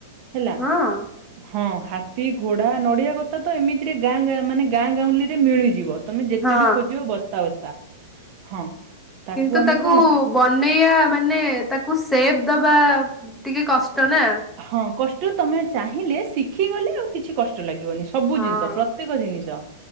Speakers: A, on the right; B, in the centre.
A: ହେଲା
B: ହଁ
A: ହଁ ହାତୀ ଘୋଡା ନଡିଆ କତା ତ ଏମିତିରେ ଗାଁ ଗାଁ ମାନେ ଗାଁ ଗାଉଁଲି ରେ ମିଳିଯିବ ତମେ ଯେତେ
B: ହଁ
A: ବି ଖୋଜିବ ବସ୍ତା ବସ୍ତା ହଁ।
B: କିନ୍ତୁ
A: ଆମେ
B: ତାକୁ
A: କଣ ଫା
B: ବନେଇବା ମାନେ ତାକୁ ସେପ ଦବା ଟିକେ କଷ୍ଟ ନା।
A: ହଁ କଷ୍ଟ ତମେ ଚାହିଁଲେ ଶିଖିଗଲେ ଆଉ କିଛି କଷ୍ଟ ଲାଗିବନି। ସବୁ
B: ହଁ
A: ଜିନିଷ ପ୍ରତ୍ୟେକ ଜିନିଷ